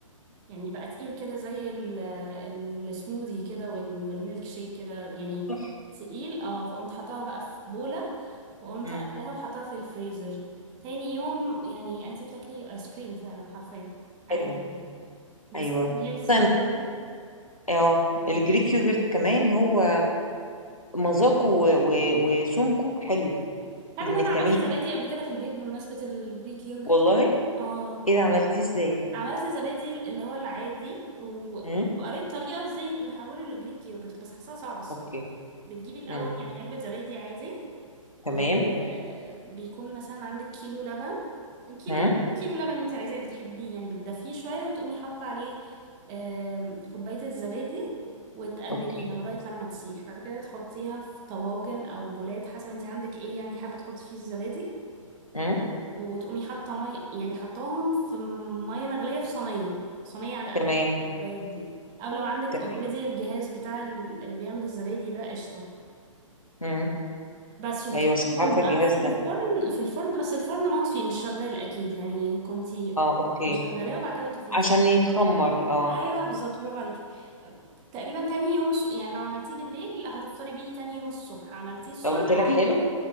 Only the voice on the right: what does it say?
يعني بقى تقيل كده زي ال- ال- السموذي كده وال- والميلك شيك كده يعني
تقيل اه فقمت حطاها بقى في بولة وقمت
قافلاها وحطاها في الفريزر تاني يوم يعني انتي بتاكلي ايس كريم فعلا حرفيا عادي
بس
كان هيلثي
قوي
تعرفي
ان انا عملت
زبادي قبل كده في البيت بمناسبة الجريك يوجرت
اه
عملت الزبادي اللي هو العادي و-
وقريت طريقة ازاي نحوله لجريك يوجرت بس حاساها صعبة الصراحة
بتجيبي الأول
يعني علبة زبادي عادي
وبيكون مثلا عندك كيلو لبن كيلو
لبن إيه كيلو لبن انت عايزاه بتحبيه يعني بتدفيه شوية وتقومي حاطة عليه آم، كوباية الزبادي وتقلبيها
لغاية لما تسيح بعد كده تحطيها في طواجن أو بولات حسب انت عندك ايه يعني حابة تحطي فيه الزبادي
وتقومي حاطه ميه يعني حطاهم في ميه مغليه في صينيه صينيه على قد
الكوبايات دي او لو عندك
اوريدي الجهاز بتاع ال- اللي بيعمل الزبادي ده قشطه
بس وبتحطيهم
بقى
في الفرن
في الفرن بس الفرن مطفي مش شغال اكيد يعني كنتي
مشغلاه وبعد كده طفيتي
ايوه بالظبط برافو عليكي تقريبا تاني يوم الصبح يعني لو عملتيه بالليل هتفطري بيه تاني يوم الصبح عملتيه الصبح